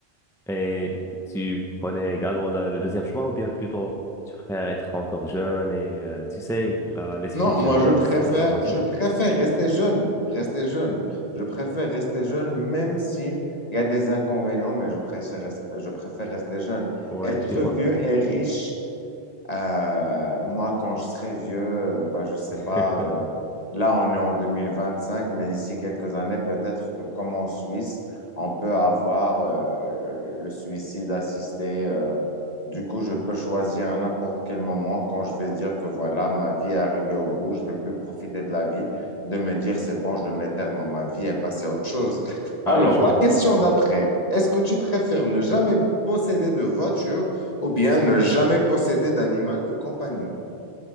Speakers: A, in the centre; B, on the left (about 35°).
A: Et tu prenais également la- le deuxième choix ou bien plutôt tu préfères être encore jeune et euh, tu sais, la- l'esprit
B: Non,
A: de
B: moi,
A: jeunesse,
B: je préfère,
A: la- l'aventure.
B: je préfère rester jeune, rester jeune. Je préfère rester jeune, même si il y a des inconvénients, mais je préfère, res- je préfère rester jeune.
A: Ouais,
B: Être
A: puis- ouais.
B: vieux et riche, euh, moi, quand je serai vieux, euh, bah, je sais
A: <laughs>
B: pas, euh, là, on est en 2025, mais d'ici quelques années, peut-être que comme en Suisse, on peut avoir euh, le, le- le suicide assisté. euh. du coup, je peux choisir à n'importe quel moment quand je vais dire que voilà, ma vie est arrivée au bout, je vais plus profiter de la vie, de me dire c'est bon, je mets terme à ma vie et passer à autre chose. Alors,
A: Ah oui, je
B: la
A: comprends,
B: question
A: je comprends.
B: d'après, est-ce que tu préfères ne jamais posséder de voiture ou bien ne jamais posséder d'animal de compagnie.